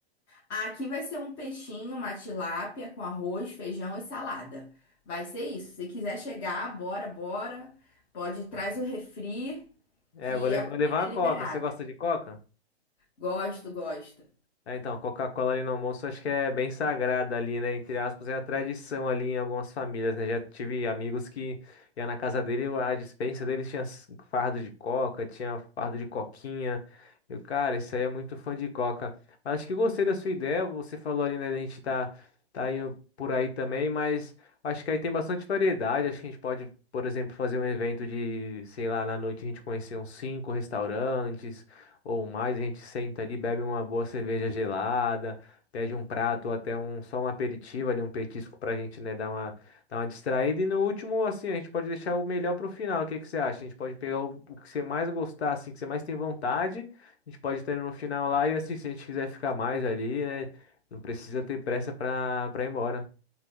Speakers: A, on the left; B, on the left.
A: Aqui vai ser um peixinho, uma tilápia com arroz, feijão e salada. Vai ser isso. Se quiser chegar, bora, bora. Pode traz o refri,
B: É,
A: que
B: vou le-
A: a
B: vou
A: comida
B: levar uma
A: é
B: coca.
A: liberada.
B: Você gosta de coca?
A: Gosto, gosto.
B: É, então, Coca-Cola ali no almoço acho que é bem sagrada ali, né? Entre aspas, é a tradição ali em algumas famílias, né? Já tive amigos que ia na casa dele, a dispensa deles tinha s- fardo de coca, tinha fardo de coquinha. Eu, cara, isso aí é muito fã de coca. Mas acho que gostei da sua ideia, você falou ali, né? A gente tá, tá indo por aí também, mas acho que aí tem bastante variedade. Acho que a gente pode, por exemplo, fazer um evento de, sei lá, na noite a gente conhecer uns cinco restaurantes ou mais, a gente senta ali, bebe uma boa cerveja gelada, pede um prato ou até um só um aperitivo ali, um petisco pra gente, né, dar uma, dar uma distraída. E no último, assim, a gente pode deixar o melhor pro final. O que que você acha? A gente pode pegar o, o que você mais gostar, assim, que você mais tem vontade. A gente pode estar no final lá e assim, se a gente quiser ficar mais ali, né, não precisa ter pressa pra, pra ir embora.